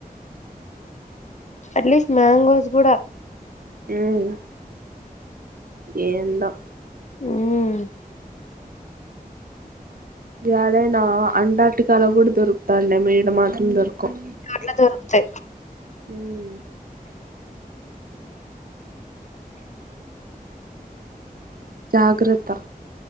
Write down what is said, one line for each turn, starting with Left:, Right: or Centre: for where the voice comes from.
Left: అట్లీస్ట్ మ్యాంగోస్ గూడా
Right: మ్మ్ ఏందో
Left: ఉమ్
Right: యాదైనా అంటార్టికాలో గూడా దొరుకుతాండే ఈడ మాత్రం దొరకవ్
Left: అట్ల దరుకుతయ్
Right: హ్మ్ జాగ్రత్త